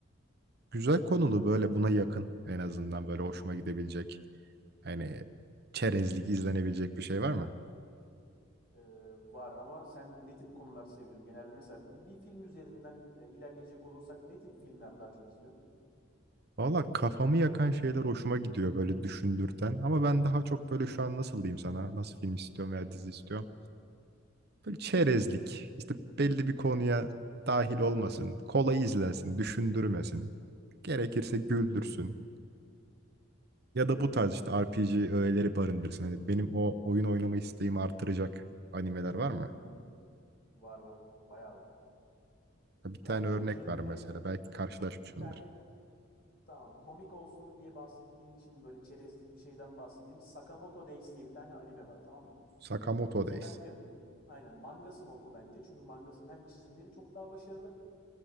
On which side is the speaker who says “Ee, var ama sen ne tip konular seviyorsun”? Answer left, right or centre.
Left